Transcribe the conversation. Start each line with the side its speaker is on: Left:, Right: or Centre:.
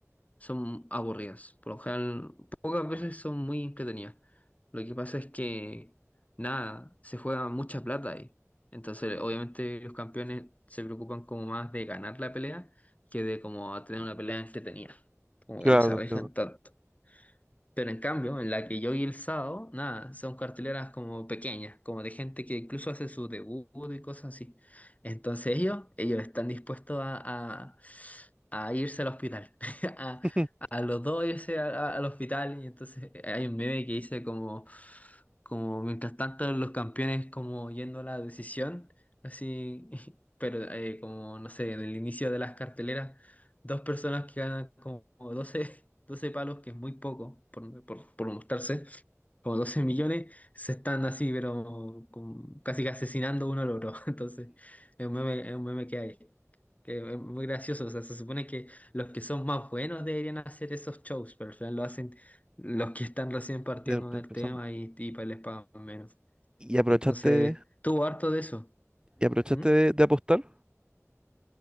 Left: son aburridas. Por lo general, pocas veces son muy entretenidas. Lo que pasa es que, nada, se juega mucha plata ahí. Entonces, obviamente, los campeones se preocupan como más de ganar la pelea que de como tener una pelea entretenida. Como
Right: Claro,
Left: que no se
Right: te
Left: arriesgan
Right: entiendo.
Left: tanto. Pero en cambio, en la que yo vi el sábado, nada, son carteleras como pequeñas, como de gente que incluso hace su debut y cosas así. Entonces ellos, ellos están dispuestos a, a, a irse al hospital. <laughs> A,
Right: <laughs>
Left: a los dos irse a- a- al hospital. Y entonces eh, hay un meme que dice como, como mientras tanto los campeones como yendo a la decisión, así, <laughs> pero eh, como, no sé, en el inicio de las carteleras. Dos personas que ganan como 12 <laughs> 12 palos, que es muy poco por, por, por mostrarse, como 12 millones, se están así, pero con- casi que asesinando uno al otro. <laughs> Entonces, es un meme, es un meme que hay, que es muy gracioso. O sea, se supone que los que son más buenos deberían hacer esos shows, pero al final lo hacen los que están recién partiendo
Right: Ya estoy
Left: del
Right: empezando.
Left: tema y, y pa- les pagan menos.
Right: ¿Y aprovechaste,
Left: Entonces, tuvo harto de eso.
Right: y aprovechaste
Left: ¿Mm?
Right: de, de apostar?